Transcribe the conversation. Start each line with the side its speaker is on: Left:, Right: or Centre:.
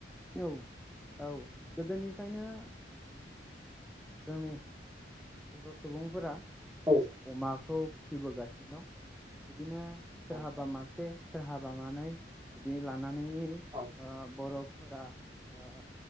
Centre: औ औ गोदोनिफ्रायनो ओ जोंनि बर' सुबुंफोरा
Right: औ
Centre: अमाखौ फिसिबोगासिनो दं बिदिनो सोरहाबा
Right: नोंथां
Centre: मासे सोरहा बानानै बिदि लानानै ओ
Right: औ
Centre: बरफो फोरा ओ